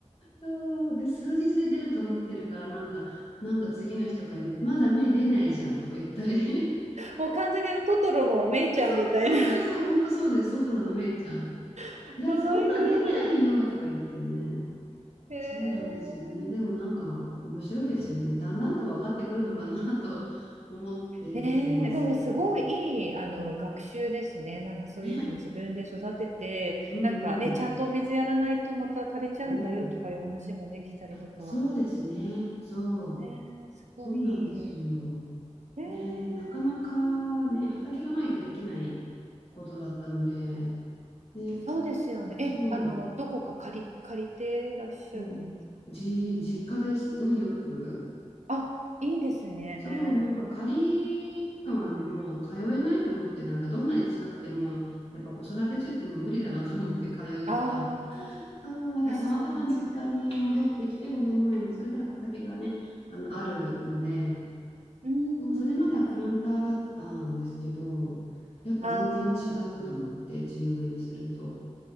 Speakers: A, on the left (about 55°); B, on the right (about 75°).
A: そうで、数日で出ると思ってるから、なんか、なんか次の日とかに、まだ芽出ないじゃんとか言ったり。
B: もう完全にあのトトロのメイちゃんみたいな。
A: <laughs> あ、そう、そうそうそう、ほんとそうです。トトロの芽ちゃん。
B: <laughs>
A: いや、
B: かわい
A: そんな出ないよとか言ってね。
B: い。へえ。
A: そうなんですよね。でもなんか面白いですよね。だんだんと分かってくるのかなと <laughs> 思って見てますけど。
B: ねえでもすごいいいあの学習ですね。なんかそういうふうに自分で育てて、
A: ね。うんうん。
B: なんかね、ちゃんとお水やらないとまた枯れちゃうんだよとかいう話もできたりとか。
A: うん。あ、そうですね。そう。
B: ねえ、すごいいい。
A: そうなんですよ。
B: ねえいい
A: ね、なかなかね、畑がないとできないことだったので、ね、
B: なそうですよね。
A: そ
B: え、あの、どこか借り、借りてらっしゃるんですか
A: う。もう、じ、実家です運よく
B: あ、いいですね。
A: そう、なんか借りるのはね、もう通えないと思って、なんかどんなに近くても、やっぱ子育て中ってもう無理だなと思って通うとか。
B: ああ、
A: <laughs> そう、だからたまたま実家に戻ってきて5年前に、
B: 確かに。
A: それで畑がね、あの、あるので、
B: うーん。
A: そうそれまではプランターだったんですけど、やっぱ全然違うと思って、
B: ああ、
A: 地植えにすると。